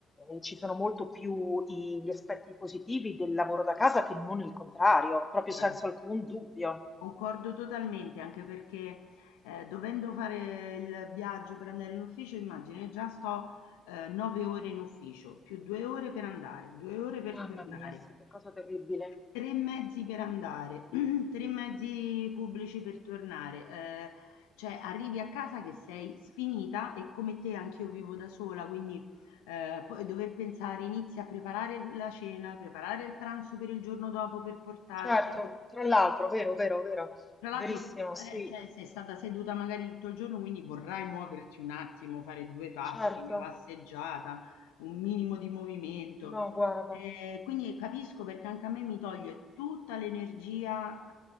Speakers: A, on the left; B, on the left.
A: eh, ci sono molto più i- gli aspetti positivi del lavoro da casa che non il contrario,
B: Ah,
A: proprio
B: guarda
A: senza alcun dubbio.
B: Concordo totalmente, anche perché eh, dovendo fare il viaggio per andare in ufficio, immagini, già sto eh, nove ore in ufficio, più due ore per andare, due ore per
A: Mamma
B: tornare,
A: mia, sì, che cosa terribile.
B: tre mezzi per andare, <clears throat> tre mezzi pubblici per tornare. eh, cioè arrivi a casa che sei sfinita e come te anch'io vivo da sola, quindi eh, poi dover pensare, inizi a preparare la cena, preparare il pranzo per il giorno dopo per portarti.
A: Certo, tra l'altro, vero, vero, vero,
B: Tra l'altro,
A: verissimo, sì,
B: eh, cioè, sei stata seduta magari tutto il giorno, quindi vorrai muoverti un attimo, fare due passi,
A: certo,
B: una passeggiata, un minimo di movimento.
A: no, guarda,
B: Eh, quindi capisco perché anche a me mi toglie tutta l'energia,